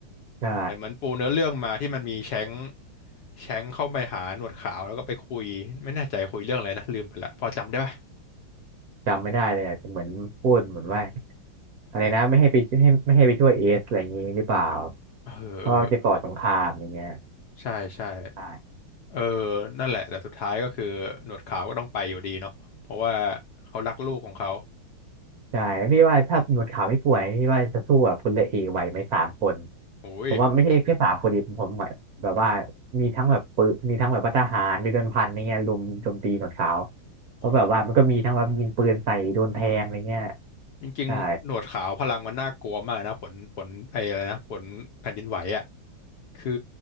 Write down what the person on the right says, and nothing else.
ใช่
จำไม่ได้เลยอะแต่เหมือนพูดเหมือนว่าอะไรนะไม่ให้ไปให้ไม่ให้ไปช่วยเอสอะไรอย่างงี้หรือเปล่า
เพราะว่ามันจะก่อสงครามอย่างเงี้ย
ใช่
ใช่พี่ว่าถ้าหนวดขาวไม่ป่วยพี่ว่าจะสู้แบบพลเรือเอกไหวไหมสามคน
ผมว่าไม่ใช่แค่สามคนดิผมหมายแบบว่ามีทั้งแบบปืนมีทั้งแบบพหารมีโดนพันอะไรเงี้ยลุมโจมตีหนวดขาวเพราะแบบว่ามันก็มีทั้งแบบยิงปืนใส่โดนแทงอะไรเงี้ย
ใช่